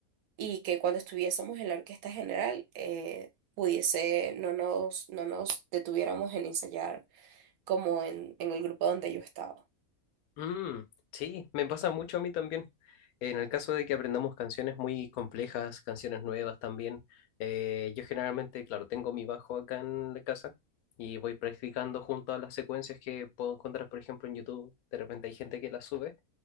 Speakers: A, on the right; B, on the left.
A: y que cuando estuviésemos en la orquesta general eh, pudiese, no nos, no nos detuviéramos en ensayar como en, en el grupo donde yo estaba.
B: Mm, sí, me pasa mucho a mí también. En el caso de que aprendamos canciones muy complejas, canciones nuevas también, eh, yo generalmente, claro, tengo mi bajo acá en la casa y voy practicando junto a las secuencias que puedo encontrar, por ejemplo, en YouTube. De repente hay gente que las sube.